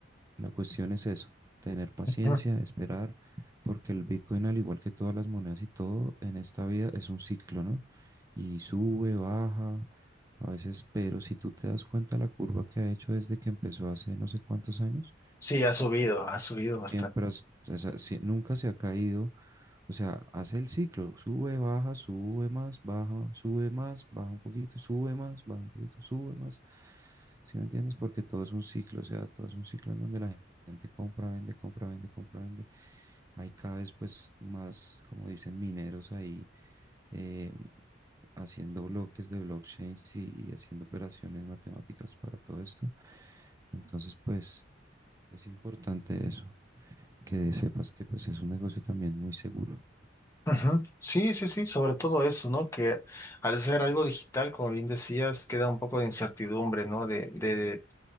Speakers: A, on the right; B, on the left.
A: la cuestión es eso, tener paciencia,
B: Ujú.
A: esperar, porque el Bitcoin, al igual que todas las monedas y todo en esta vida, es un ciclo, ¿no? Y sube, baja, a veces, pero si tú te das cuenta la curva que ha hecho desde que empezó hace no sé cuántos años,
B: Sí, ha subido, ha subido bastante.
A: Siempre, has- o sea, si- nunca se ha caído. O sea, hace el ciclo, sube, baja, sube más, baja, sube más, baja un poquito, sube más, baja un poquito, sube más. ¿Sí me entiendes? Porque todo es un ciclo, o sea, todo es un ciclo en donde la gente compra, vende, compra, vende, compra, vende. Hay cada vez pues más, como dicen, mineros ahí eh, haciendo bloques de blockchains y, y haciendo operaciones matemáticas para todo esto. Entonces, pues es importante eso que sepas que pues es un negocio también muy seguro.
B: Ujú. Sí, sí, sí, sobre todo eso, ¿no? Que al ser algo digital, como bien decías, queda un poco de incertidumbre, ¿no? De, de,